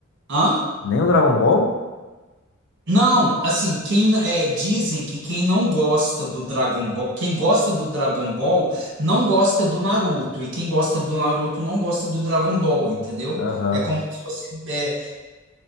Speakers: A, on the right (about 60°); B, on the left (about 60°).
A: Hã?
B: Nem o Dragon Ball?
A: Não, assim, quem é, dizem que quem não gosta do Dragon Ball, quem gosta do Dragon Ball não gosta do Naruto, e quem gosta do Naruto não gosta do Dragon Ball, entendeu?
B: Aham.
A: É como se fosse. é,